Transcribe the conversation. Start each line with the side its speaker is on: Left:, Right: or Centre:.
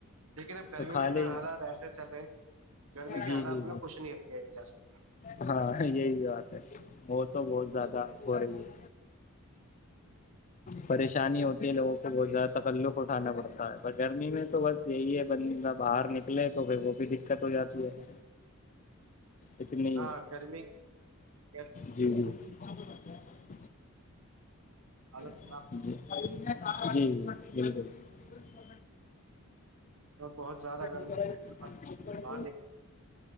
Right: لیکن اب گرمی
Left: تو خالی
Right: میں اتنا حالات ایسے چل رہے ہیں، گرمی کے
Left: جی
Right: حالات
Left: جی جی
Right: میں کچھ نہیں کیا جا سکتا
Left: ہاں یہی بات ہے <unintelligible> وہ تو بہت زیادہ ہو رہی ہے پریشانی ہوتی ہے لوگوں کو بہت زیادہ تکلق ہو <unintelligible> کھانا پڑتا ہے پر گرمی میں تو بس یہی ہے بندندہ باہر نکلے تو پھر وہ بھی دقت ہو جاتی ہے <unintelligible> اتنی
Right: ہاں گرمی کی
Left: جی جی <unintelligible>
Right: <unintelligible>
Left: <unintelligible> <inaudible>
Right: تو بہت زیادہ گرمی
Left: بالکل
Right: بنے